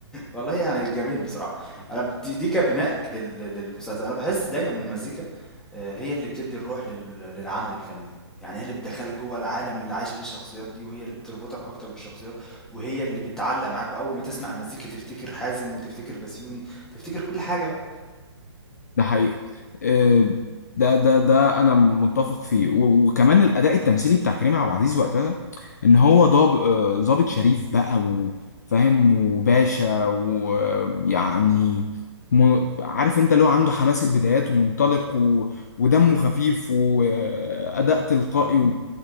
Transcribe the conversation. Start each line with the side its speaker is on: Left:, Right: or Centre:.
Centre: والله يعني جميل بصراحة. أنا ب دي دي كبناء لل للمسلسل، أنا باحس دايمًا إن المزيكا آآ هي اللي بتدّي الروح لل للعمل الفني، يعني هي اللي بتدخّلك جوّه العالم اللي عايشة فيه الشخصيات دي، وهي اللي بتربطك أكتر بالشخصيات، وهي اللي بتعلّق معاك، وأول ما تسمع المزيكا تفتكر حازم، وتفتكر بسيوني، تفتكر كل حاجة بقى.
Left: ده حقيقة آه، ده ده ده انا متفق فيه و- وكمان الاداء التمثيلي بتاع كريم عبد العزيز وقتها ان هو ضاب آه، ضابط شريف بقى وفاهم وباشا ويعني م- عارف انت اللي هو عنده حماس البدايات ومنطلق و... ودمه خفيف واداء تلقائي و...